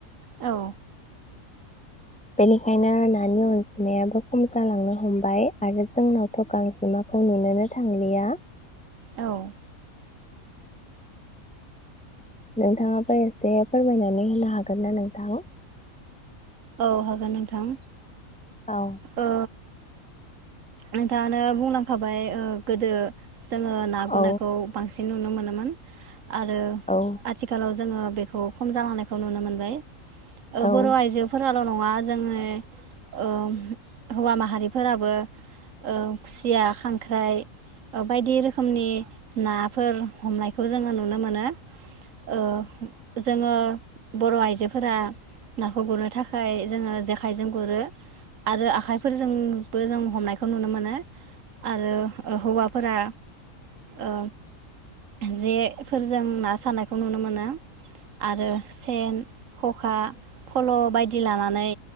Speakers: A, on the right; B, in the centre.
A: औ
B: बेनिखायनो नानि अनजिमायाबो खम जालांनो हमबाय आरो जोंनावथ' गांजिमाखौ नुोनो थांलिया
A: औ
B: नोंथाङाबो एसे फोरमायनानै होनो हागोन ना नोंथां
A: औ हागोन नोंथां
B: औ
A: ओ नोंथाङानो बुंलांखाबाय ओ गोदो जोङो ना गुरनायखौ
B: औ
A: बांसिन नुनो मोनोमोन आरो
B: औ
A: आथिखालाव जोङो बेखौ खम जालांनायखौ नुनो मोनबाय ओ
B: औ
A: बर' आइजो खाल' नङा जोंनि ओ हौवा माहारिफोराबो औ खुसिया खां ख्राय बायदि रोखोमनि नाफोर हमनाय खौ जोङो नुनो मोनो ओ जोङो <inaudible> बर' आइजोफोरा नाखौ गुरनो थाखाय जोङो जेखाइजों गुरो आरो आखाइफोरजों बो जों हमनायखौ नुनो मोनो। आरो हौवाफोरा ओ जेफोरजों ना सारानायखौ नुनो मोनो। आरो सेन खखा फल' बायदि लानानै